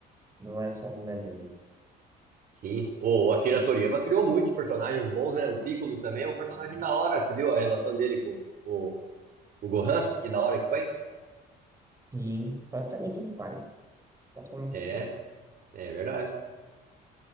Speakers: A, on the right; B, on the right.
A: Não é só um desenho.
B: Sim, o Akira
A: Eu,
B: Toriyama criou muitos personagens bons, né? O Piccolo também é um
A: tipo,
B: personagem
A: é,
B: da hora, você viu a relação dele com o, o Gohan? Que da hora que foi?
A: Sim, praticamente um pai. Praticamente
B: É,
A: um pai.
B: é verdade.